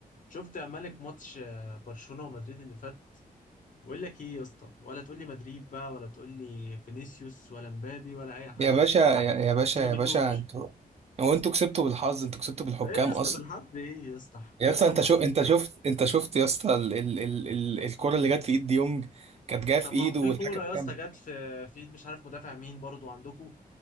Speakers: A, on the left; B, on the right.
A: شفت يا مالك ماتش آه، برشلونة ومدريد اللي فات بقول لك ايه يا اسطى ولا تقول لي مدريد بقى ولا تقول لي فينيسيوس ولا مبابي ولا اي حد
B: يا باشا يا يا باشا
A: انتوا
B: يا
A: ما جيتوش
B: باشا انتوا هو انتوا كسبتوا بالحظ انتوا كسبتوا بالحكام
A: ايه يا اسطى
B: اصلا
A: بالحد ايه يا اسطى حكام
B: يا اسطى
A: ايه
B: انت شو انت شفت انت شفت يا اسطى ال... ال... ال... ال... الكرة اللي جت في ايد ديونج كانت جايه في
A: طب
B: ايده
A: ما هو في
B: والحكم
A: كوره يا اسطى
B: كمل
A: جت في في ايد مش عارف مدافع مين برضو عندكم